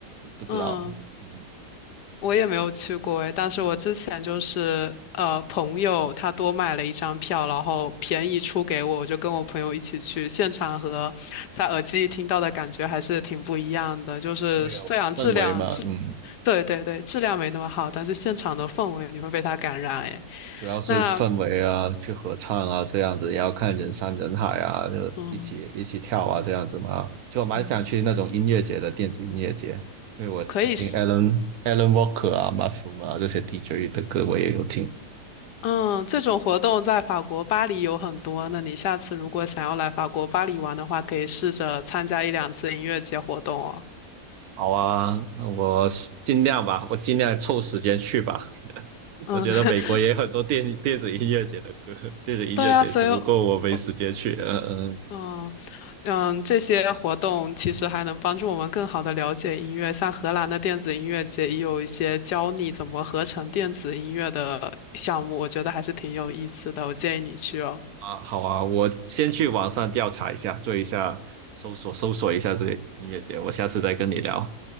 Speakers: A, on the right (about 70°); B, on the left (about 80°).
A: 不知道。
B: 嗯。
A: 嗯，
B: 我也没有去过诶，但是我之前就是呃，朋友他多买了一张票，然后便宜出给我，我就跟我朋友一起去，现场和在耳机里听到的感觉还是挺不一样的。就是虽然质量质，
A: 会有氛围嘛，嗯。
B: 对对对，质量没那么好，但是现场的氛围你会被它感染诶。
A: 主要是氛围啊，
B: 那
A: 去合唱啊，这样子，也要看人山人海啊，就一起一起跳啊，
B: 嗯
A: 这样子嘛。就我蛮想去那种音乐节的电子音乐节，
B: 嗯，
A: 因为我我听
B: 可以是
A: Alan Alan Walker 啊、Mushroom 啊这些 DJ 的歌我也有听。
B: 嗯，这种活动在法国巴黎有很多。那你下次如果想要来法国巴黎玩的话，可以试着参加一两次音乐节活动哦。
A: 好啊，那我尽量吧，我尽量凑时间去吧。<laughs>
B: 嗯，
A: 我觉得美国也有很多电电子音乐节的歌，
B: <laughs>
A: 电子音乐节，
B: 对呀，所以，
A: 只不过我没时间去。
B: 我
A: 嗯嗯。
B: 嗯嗯，这些活动其实还能帮助我们更好的了解音乐。像荷兰的电子音乐节也有一些教你怎么合成电子音乐的项目，我觉得还是挺有意思的。我建议你去哦。
A: 啊，好啊，我先去网上调查一下，做一下搜索，搜索一下这个音乐节，我下次再跟你聊，